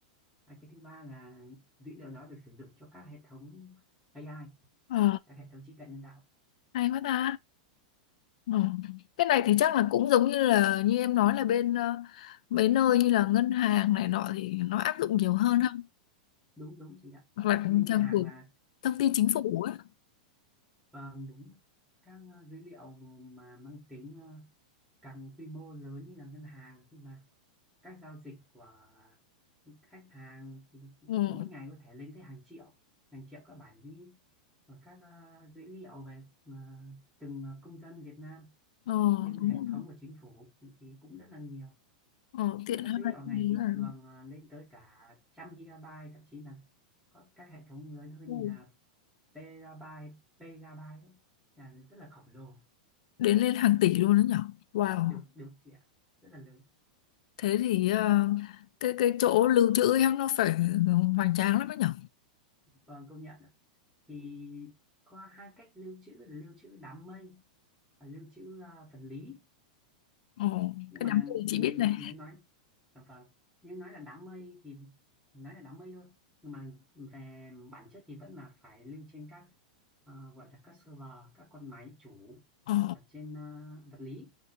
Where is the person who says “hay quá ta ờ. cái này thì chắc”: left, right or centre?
Left